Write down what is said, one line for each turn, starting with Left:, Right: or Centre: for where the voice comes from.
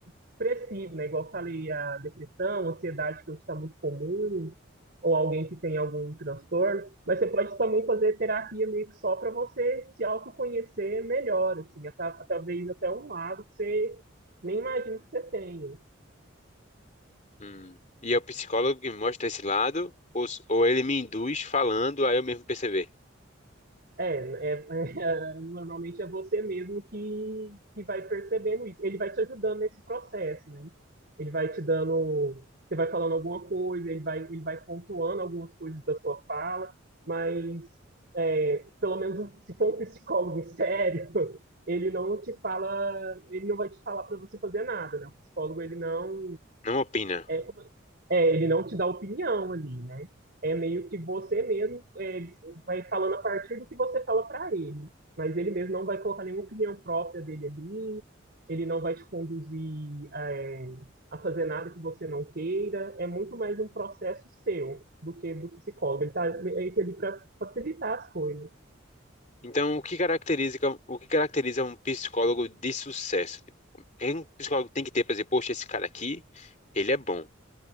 Right: expressivo, né? Igual eu falei, a depressão, a ansiedade que hoje está muito comum, ou alguém que tem algum transtorno. Mas você pode também fazer terapia meio que só para você se autoconhecer melhor, assim, até, talvez até um lado que você nem imagina que você tenha.
Left: Hum. E é o psicólogo que mostra esse lado, ou, s- ou ele me induz falando a eu mesmo perceber.
Right: É, é- <laughs> é, normalmente é você mesmo que, que vai percebendo isso. Ele vai te ajudando nesse processo, né? Ele vai te dando, você vai falando alguma coisa, ele vai, ele vai pontuando algumas coisas da sua fala, mas é, pelo menos um, se for um psicólogo sério, <laughs> ele não te fala, ele não vai te falar para você fazer nada, né? O psicólogo ele não
Left: Não opina.
Right: é, é, ele não te dá opinião ali, né? É meio que você mesmo é, vai falando a partir do que você fala pra ele. Mas ele mesmo não vai colocar nenhuma opinião própria dele ali, ele não vai te conduzir é, a fazer nada que você não queira. É muito mais um processo seu do que do psicólogo. Ele tá meio que ali pra facilitar as coisas.
Left: Então, o que caracteriza, o que caracteriza um psicólogo de sucesso? Tipo, o que Um psicólogo tem que ter para dizer, poxa, esse cara aqui, ele é bom.